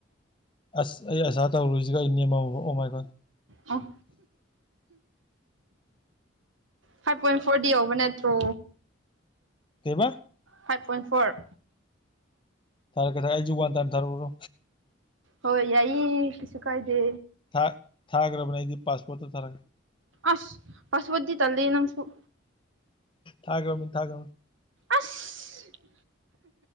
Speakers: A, on the left; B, on the right.
A: ꯑꯁ ꯑꯩ ꯑꯁꯥ ꯇꯧꯔꯨꯔꯤꯁꯤꯒ ꯑꯩ ꯅꯦꯝꯃꯝꯃꯕ ꯑꯣ ꯃꯥꯏ ꯒꯣꯠ
B: ꯑꯣ ꯐꯥꯏꯚ ꯄꯣꯏꯟ ꯐꯣꯔꯗꯤ ꯌꯧꯕ ꯅꯠꯇ꯭ꯔꯣ
A: ꯀꯩꯕ
B: ꯐꯥꯏꯚ ꯄꯣꯏꯟꯠ ꯐꯣꯔ
A: ꯊꯔꯦꯛꯀꯦ ꯊ ꯑꯩꯖꯨ ꯋꯥꯟ ꯇꯥꯏꯝ ꯊꯥꯔꯛꯎꯔꯣ
B: ꯍꯣꯏ ꯌꯥꯏꯌꯦ ꯀꯩꯁꯨ ꯀꯥꯏꯗꯦ
A: ꯊꯥ ꯊꯥꯒ꯭ꯔꯕꯅꯦ ꯑꯩꯗꯤ ꯄꯥꯁꯄꯣꯔꯠꯇ ꯊꯥꯔꯛꯀꯦ
B: ꯑꯁ ꯄꯁꯋꯥꯔꯗꯗꯤ ꯇꯜꯂꯦ ꯅꯡꯁꯨꯨ
A: ꯊꯥꯒ꯭ꯔꯝꯅꯤ ꯊꯥꯒ꯭ꯔꯝꯅꯤ
B: ꯑꯁ